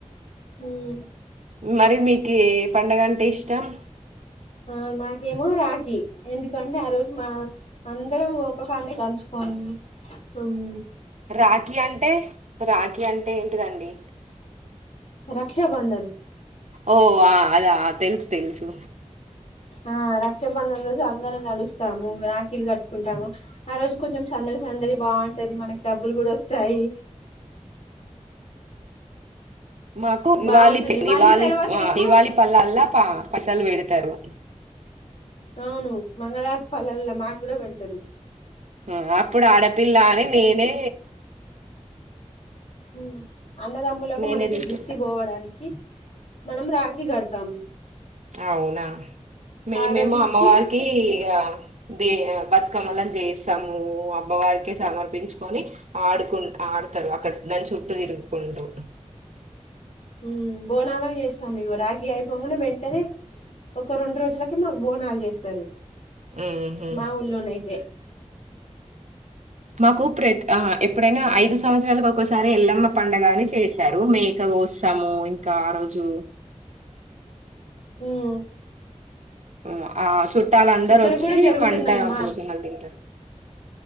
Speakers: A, on the left; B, on the right.
A: ఉమ్
B: మరి మీకే పండగ అంటే ఇష్ టం
A: ఆ నాకేమో రాఖీ ఎందుకంటే ఆ రోజు మ అందరం ఒక కాన్నే కలుచుకోని ఉమ్
B: రాఖీ అంటే రాఖీ అంటె ఏన్ టిదండి.
A: రక్షాబంధన్.
B: ఓ వ అదా తెల్స్ తెలుసు.
A: ఆ రక్షాబంధన్ రోజు అందరం కలుస్తాము రాఖీల్ కట్టుకుంటాము ఆ రోజు కొంచెం సందడి సందడి బాగుంటది మనకి డబ్బులు గూడొస్తాయి.
B: మాకు నివాళి
A: బాగుంటుంది
B: నివాళి
A: మళ్ళీ తర్వాతనేమో
B: నివాళి పల్లాల పసల్ బెడ్తారు. <inaudible>
A: అవును మంగళార్ పల్లాల్ల మాక్కూడ బెడ్తారు.
B: ఉ ఆ అప్పుడు ఆడపిల్ల అని నేనే.
A: ఉమ్. అన్నదమ్ములకు
B: నేనే
A: మనకి
B: తీసుకుంటా
A: దిష్టి బోవడానికి. మనం రాఖీ గడతాము.
B: అవునా మేమేమో
A: హారతి ఇచ్చి
B: అమ్మవారికి ఇగ. దే బతుకమ్మలం జేయిస్తామూ అమ్మవారికే సమర్పించుకొని ఆడుకు ఆడతారు అక్కడ దాని చుట్టూ దిరుగుకుంటూ.
A: ఉ బోనాల్ అవి చేస్తాం ఇగొ రాఖీ ఐపోంగనే వెంటనే ఒక రెండు రోజులకి మాకు బోనాలు జేస్తారు.
B: ఉహు
A: మావుల్లోనైతే <inaudible>
B: మాకు ప్రత్ అహ్ ఎప్పుడైనా ఐదు సంవత్సరాల కొకసారి సారి ఎల్లమ్మ పండగని చేసారు మేక కోత్సము ఇంకా ఆ రోజు.
A: ఉమ్మ్
B: ఉ ఆ చు. ట్టాల అందరు
A: ఇక్కడ
B: వచ్చి
A: కూడా జరుగుతున్నాయమ్మా
B: వంట భోజనాల్ దింటర్.